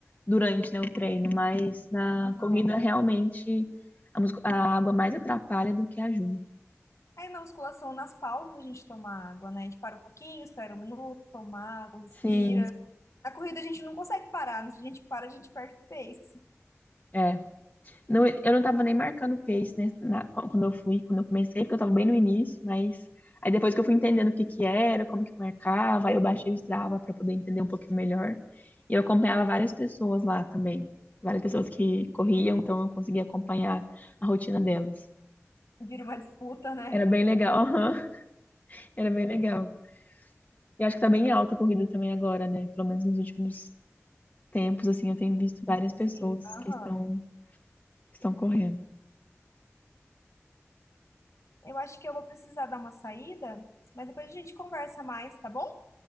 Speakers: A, on the left; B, on the left.
A: durante, né, o treino, mas na
B: Aham.
A: corrida realmente a, muscu- a água mais atrapalha do que ajuda.
B: Aí na musculação, nas pausas, a gente toma água, né? A gente para um pouquinho, espera um minuto, toma água, respira.
A: Sim,
B: Na corrida a gente não consegue parar, né? se a gente para, a gente perde o pace.
A: é. Não, eu não estava nem marcando pace, né, na- quando eu fui, quando eu comecei, porque eu estava bem no início, mas aí depois que eu fui entendendo o que que era, como que marcava, aí eu baixei o Strava para poder entender um pouquinho melhor. E eu acompanhava várias pessoas lá também, várias pessoas que corriam, então eu conseguia acompanhar a rotina delas.
B: Vira uma disputa, né?
A: Era bem legal. <laughs> Era bem legal. E acho que tá bem alta a corrida também agora, né? Pelo menos nos últimos tempos, assim, eu tenho visto várias
B: Sim,
A: pessoas
B: aham.
A: que estão, que estão correndo.
B: Eu acho que eu vou precisar dar uma saída, mas depois a gente conversa mais, tá bom?